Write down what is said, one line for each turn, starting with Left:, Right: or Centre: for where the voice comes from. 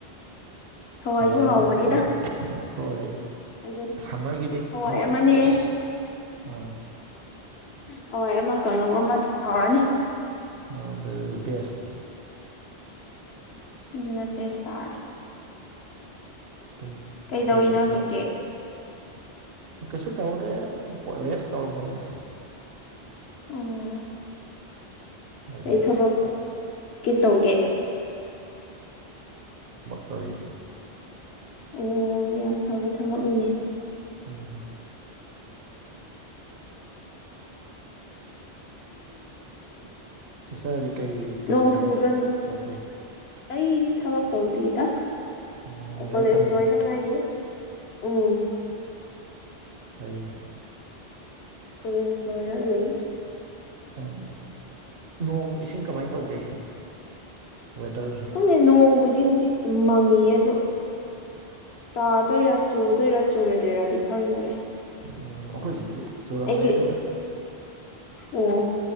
Left: ꯍꯋꯥꯏꯁꯨ
Right: ꯍꯋꯥꯏꯅ
Left: ꯍꯥꯎꯕꯅꯤꯗ
Right: ꯐꯔꯦ ꯍꯣꯏ
Left: ꯑꯗꯨꯅꯤ
Right: ꯁꯝꯃꯔꯒꯤꯗꯤ
Left: ꯍꯋꯥꯏ
Right: ꯍꯋꯥꯏꯅ
Left: ꯑꯃꯅꯦ
Right: ꯕꯦꯁ ꯑꯥ
Left: ꯍꯋꯥꯏ ꯑꯃ ꯀꯥꯡꯍꯧ ꯑꯃ ꯍꯥꯎꯔꯅꯤ
Right: ꯑ ꯑꯗꯨ ꯕꯦꯁ
Left: ꯑꯗꯨꯅ ꯕꯦꯁ ꯇꯥꯔꯦ
Right: ꯇꯨꯝ
Left: ꯀꯩꯗꯧꯔꯤꯅꯣ
Right: ꯑꯩꯈꯣꯏꯒꯤ
Left: ꯍꯧꯖꯤꯛꯇꯤ
Right: ꯃꯣ ꯀꯩꯁꯨ ꯇꯧꯗꯦ ꯔꯦꯁ ꯇꯧꯔꯝꯕꯅꯤꯅ
Left: ꯑꯣ
Right: ꯑꯗꯒꯤ
Left: ꯑꯩ ꯊꯕꯛ ꯀꯦ ꯇꯧꯒꯦ
Right: ꯇꯏ
Left: ꯑꯣ ꯑꯣ ꯌꯥꯝ ꯐꯕ ꯊꯕꯛꯅꯤꯅꯦ
Right: ꯎꯝ ꯆꯁ ꯀꯩ ꯀꯩ
Left: ꯅꯣꯡ
Right: ꯊꯕꯛ
Left: ꯆꯨꯕ꯭ꯔꯥ
Right: ꯇꯧꯒꯦ
Left: ꯑꯩꯗꯤ ꯊꯕꯛ ꯇꯧꯗꯦꯗ
Right: ꯎꯝ ꯂꯥꯏꯔꯤꯛ
Left: ꯀꯣꯂꯦꯖ
Right: ꯇꯝꯃꯤ
Left: ꯂꯣꯏꯅ ꯉꯥꯏ ꯎꯝ
Right: ꯍꯅꯦ
Left: ꯀꯣꯏꯂꯁꯂꯋ ꯂꯩ
Right: ꯎꯝ ꯅꯣꯡ ꯏꯁꯤꯡ ꯀꯃꯥꯏꯅ ꯇꯧꯒꯦ ꯋꯦꯗꯔꯁꯦ
Left: ꯑꯗꯨꯅꯦ ꯅꯣꯡꯕꯨꯗꯤ ꯍꯧꯖꯤꯛ ꯃꯪꯉꯌꯦ ꯑ ꯇꯥꯗꯣꯏꯔꯥ ꯆꯨꯗꯣꯏꯔꯥ ꯆꯨꯔꯣꯏꯗꯣꯏꯔꯥꯗꯤ ꯈꯪꯗ꯭ꯔꯦ
Right: ꯎꯝ ꯑꯩꯈꯣꯏ ꯁꯤꯗꯗꯤ ꯆꯨꯔꯝꯃꯦ
Left: ꯑꯩꯒꯤ
Right: ꯑꯗꯨꯒ
Left: ꯑꯣ